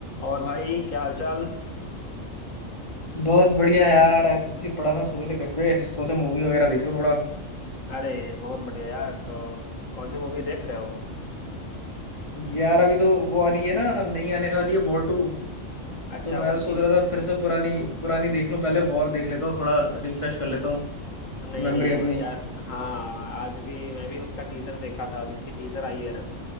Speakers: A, on the left (about 80°); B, on the left (about 25°).
A: और भाई क्या हालचाल
B: बस बढ़िया यार ऐसे ही पड़ा था सुबह से घर पे सोचा मूवी वगैरह देख लूं थोड़ा
A: अरे बहुत बढ़िया यार तो कौन सी मूवी देख रहे हो
B: यार अभी तो वो आ रही है ना नई आने वाली है वॉर टू
A: अच्छा
B: तो मैं
A: उसकी
B: तो सोच रहा था फिर से पुरानी पुरानी देख लूं पहले वॉर देख लेता हूँ थोड़ा रिफ्रेश कर लेता हूँ
A: नहीं
B: मेमोरी
A: नहीं
B: अपनी
A: यार हाँ आज भी मैं भी उसका टीजर देखा था आज उसकी टीजर आई है ना